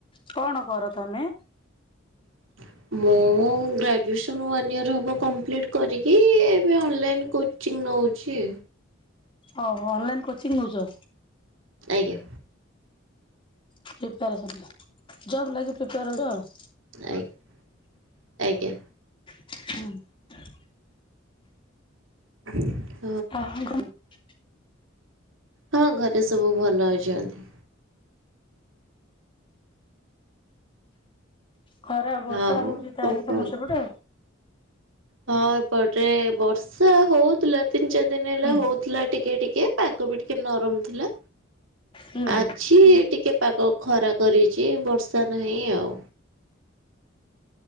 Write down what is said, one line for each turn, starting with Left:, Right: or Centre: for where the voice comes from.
Left: କଣ କର ତମେ?
Right: <inaudible> ମୁଁ ଉଁ ଗ୍ରାଜୁଏସନ୍ ୱାନ୍ ଇୟର୍ ହେବ କମ୍ପ୍ଲିଟ କରିକି ଏବେ ଅନଲାଇନ୍ କୋଚିଂ ନଉଛି।
Left: ଓହୋ ଅନଲାଇନ୍ କୋଚିଂ ନେଉଛ?
Right: ଆଜ୍ଞା।
Left: ପ୍ରିପେରେସନ ଜବ ଲାଗି ପ୍ରିପେୟାର ହଉଛ ଆଉ।
Right: ଆଜ୍ଞା ଆଜ୍ଞା।
Left: ହୁଁ।
Right: <inaudible>
Left: <unintelligible>
Right: ହଁ ଘରେ ସବୁ ଭଲ ଅଛନ୍ତି।
Left: ଖରା ବର୍ଷା
Right: ଆଉ
Left: ହେଉଛି ତାହେଲେ
Right: କଣ କୁହନ୍ତୁ?
Left: ତମ ସେପଟେ ଆଉ।
Right: ହଁ ଏପଟରେ ବର୍ଷା ହଉଥିଲା ତିନି ଚାରି ଦିନ ହେଲା
Left: ଆଉ
Right: ହଉଥିଲା ଟିକେ ଟିକେ ଏ ପାଗ ବି ଟିକେ ନରମ ଥିଲା,
Left: ହୁଁ ହୁଁ
Right: ଆଜି ଟିକେ ପାଗ ଖରା କରିଛି ବର୍ଷା ନାହିଁ ଆଉ।